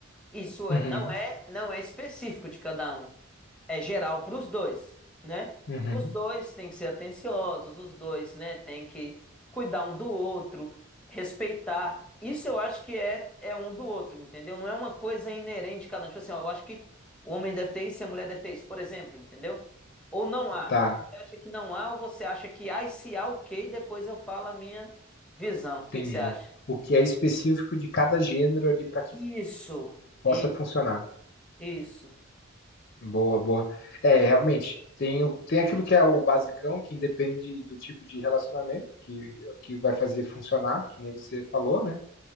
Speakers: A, in the centre; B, on the left.
A: Isso
B: Uhum,
A: é- não é não é específico de cada um. É geral para os dois, né?
B: uhum.
A: Os dois têm que ser atenciosos, os dois, né, têm que cuidar um do outro, respeitar. Isso eu acho que é é um do outro, entendeu? Não é uma coisa inerente de cada um. Tipo assim, ó, eu acho que o homem deve ter isso e a mulher deve ter isso, por exemplo, entendeu? Ou não há.
B: Tá,
A: Você acha que não há ou você acha que há e se há, ok, depois eu falo a minha Visão, o que
B: entendi.
A: que você acha?
B: O que é específico de cada gênero ali para que
A: Isso,
B: possa
A: e
B: funcionar.
A: isso.
B: Boa, boa. É, realmente, tem, o- tem aquilo que é o basicão, que independe do tipo de relacionamento, que, que vai fazer funcionar, que nem você falou, né?